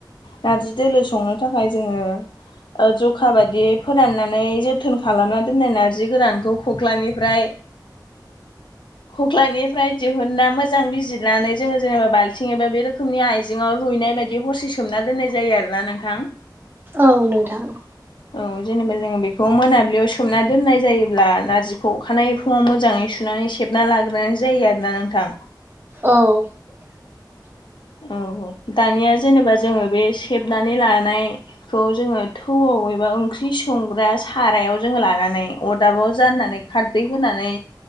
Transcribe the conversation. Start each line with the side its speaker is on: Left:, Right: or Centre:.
Left: नारजि दोलो संनो थाखाय जोङो ओ जखा बादायै फोराननानै जोथोन खालामना दोननाय नारजि गोरानखौ खख्लानिफ्राय खख्लानिफ्राय दिहुनना मोजां बिजिरनानै जोङो जेनेबा बाल थिं एबा बे रोखोमनि आइजेंआव रुइनाय बायदि हरसे सोमना दोननाय जायो आरोना नोंथां।
Right: औ नोंथां।
Left: औ जेनेबा जोङो बेखौ मोनाबिलियाव सोमना दोननाय जायोब्ला नारजिखौ अखानाय फुङाव मोजाङै सुनानै खेबना लाग्रोनाय जायो आरोना नोंथां।
Right: औ।
Left: औ औ दानिया जेनेबा जोङो बे सेबनानै लानायखौ जोङो थौआव बबेबा ओंख्रि संग्रा सारायाव जोंङ लानानै अरदाबाव जाननानै खारदै होनानै